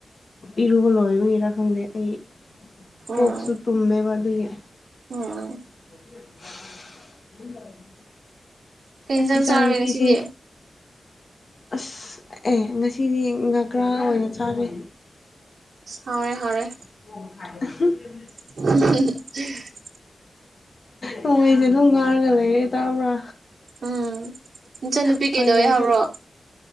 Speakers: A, on the left (about 45°); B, on the right (about 75°).
A: ꯏꯔꯨꯕ ꯂꯣꯏꯕꯒꯤꯔ ꯈꯪꯗꯦ ꯑꯩ ꯀꯣꯛꯁꯨ
B: ꯑꯣ
A: ꯇꯨꯝꯃꯦꯕꯑꯗꯨꯒꯤ
B: <unintelligible>
A: <unintelligible> <unintelligible>
B: ꯀꯩꯍꯦꯡꯖꯩꯡ
A: ꯑꯁ ꯏꯆꯥꯅꯨꯄꯤꯁꯦ
B: ꯆꯥꯔꯦ ꯉ ꯁꯤꯗꯤ
A: ꯑꯁ ꯑꯦ ꯉꯁꯤꯗꯤ ꯉꯥꯒ꯭ꯔꯥ ꯑꯣꯏꯅ ꯆꯥꯔꯦ
B: ꯍꯥꯎꯔꯦ ꯍꯥꯎꯔꯦ
A: <unintelligible>
B: <unintelligible>
A: ꯃꯣꯏꯁꯦ ꯑꯗꯨꯝ ꯉꯔꯒ ꯂꯩꯔꯦ ꯇꯥꯕ꯭ꯔꯥ
B: ꯎꯝ ꯅꯆꯟꯅꯨꯄꯤ
A: ꯎꯄꯥꯏ
B: ꯀꯩꯗꯧꯋꯦ
A: ꯅꯦꯇꯦ
B: ꯍꯥꯏꯕ꯭ꯔꯣ